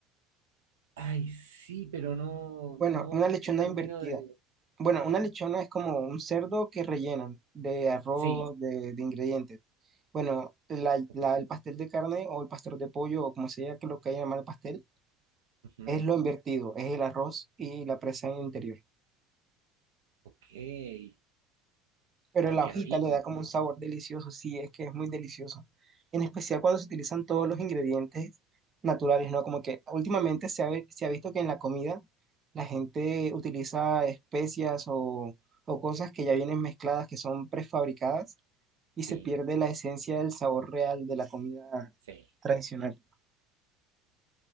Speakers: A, on the right; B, on the right.
A: Ay, sí, pero no,
B: Bueno,
A: no
B: una lechona
A: termino
B: invertida.
A: de...
B: Bueno, una lechona es como un cerdo que rellenan de arroz,
A: Sí,
B: de, de ingredientes. Bueno, la-
A: ok.
B: la- el pastel de carne o el pastel de pollo o como sea que lo que haya llamar el pastel,
A: ujú,
B: es lo invertido, es el arroz y la presa en el interior.
A: Ok. ¡Ay,
B: pero la
A: qué
B: hojita
A: rico!
B: le da como un sabor delicioso, sí, es que es muy delicioso. En especial cuando se utilizan todos los ingredientes naturales, ¿no? Como que últimamente se ha, ve- se ha visto que en la comida la gente utiliza especias o, o cosas que ya vienen mezcladas, que son prefabricadas, y se
A: Sí,
B: pierde la esencia del sabor real de la comida
A: sí,
B: tradicional.